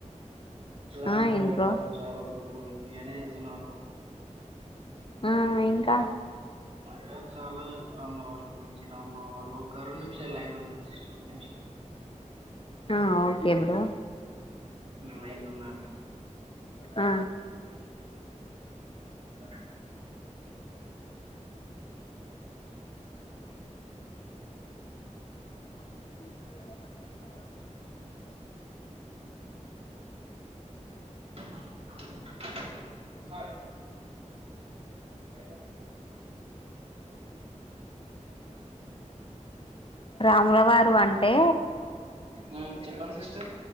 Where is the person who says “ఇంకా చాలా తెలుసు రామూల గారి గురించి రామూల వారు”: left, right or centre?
Right